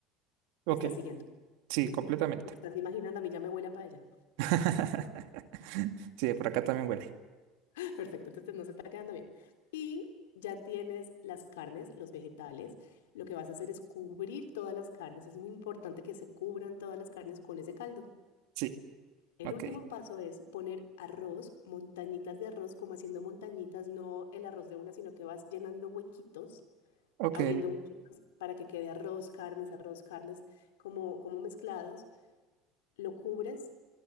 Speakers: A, on the right (about 70°); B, on the left (about 85°).
A: Ok,
B: Te estás siguiendo.
A: sí,
B: Ujú.
A: completamente.
B: Lo estás imaginando, a mí ya me huele a paella.
A: <laughs> Sí, por acá también huele.
B: <laughs> Perfecto, entonces nos está quedando bien. Y ya tienes las carnes, los vegetales. Lo que vas a hacer es cubrir todas las carnes. Es muy importante que se cubran todas las carnes con ese caldo.
A: Sí,
B: El
A: ok,
B: último paso es poner arroz, montañitas de arroz, como haciendo montañitas, no el arroz de una, sino que vas llenando huequitos,
A: ok.
B: abriendo huequitos para que quede arroz, carnes, arroz, carnes, como, como mezclados. lo cubres.